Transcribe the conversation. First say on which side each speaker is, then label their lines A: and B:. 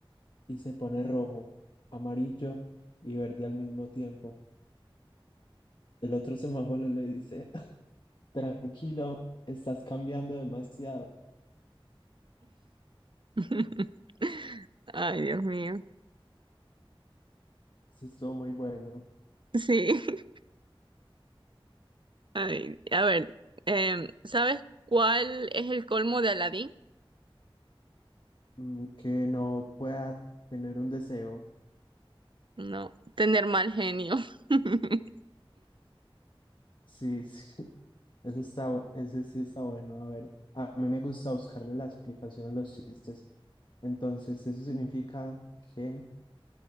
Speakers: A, on the left; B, on the right.
A: y se pone rojo, amarillo y verde al mismo tiempo. El otro semáforo le dice, <laughs> tranquilo, estás cambiando demasiado.
B: <laughs> Ay, Dios mío.
A: Eso estuvo muy bueno.
B: Sí. <laughs> Ay, a ver, em, ¿sabes cuál es el colmo de Aladín?
A: mm, que no pueda tener un deseo.
B: No, tener mal genio. <laughs>
A: Sí, sí, <laughs> ese está, bu- ese sí está bueno. A ver, a mí me gusta buscarle la explicación a los chistes. Entonces, eso significa que,